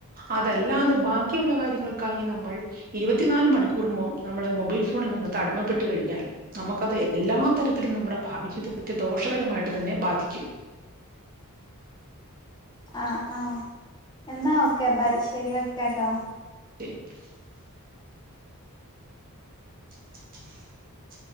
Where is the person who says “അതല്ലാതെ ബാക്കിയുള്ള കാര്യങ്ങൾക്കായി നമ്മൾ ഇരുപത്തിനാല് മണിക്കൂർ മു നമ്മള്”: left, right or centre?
Right